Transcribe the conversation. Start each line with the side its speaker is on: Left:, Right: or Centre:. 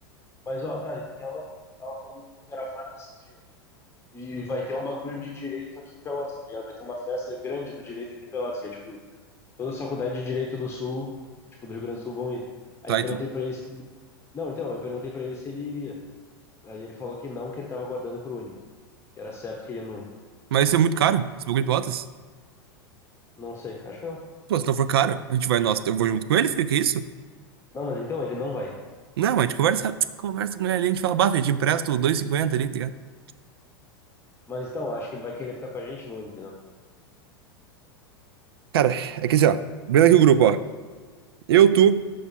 Left: Mas, ó, tá, e tu quer outro? Eu tava falando com o gravata esses dias. E vai ter um bagulho de direito aqui em Pelotas, tá ligado? Vai ter uma festa grande do direito aqui em Pelotas, que é tipo, toda a faculdade de direito do Sul, tipo, do Rio Grande do Sul vão ir. Aí
Right: Tá,
Left: eu perguntei
Right: e tu?
Left: pra ele, se... não, então, eu perguntei pra ele se ele iria. Aí ele falou que não, que ele tava aguardando pro Uni, que era certo que ele ia no Uni.
Right: Mas isso é muito caro. Esse bagulho de pelotas.
Left: Não sei, acho que não.
Right: Pô, se não for caro, a gente vai, nossa, eu vou junto com ele, Fê, que isso?
Left: Não, mas então ele não vai.
Right: Não, a gente conversa, <tsk> conversa com ele ali, a gente fala, bah, Fê, te empresto 2,50 ali, tá ligado?
Left: Mas então, acho que ele vai querer ficar com a gente no Uni, entendeu?
Right: Cara, é que assim, ó. Vendo aqui o grupo, ó. Eu, tu.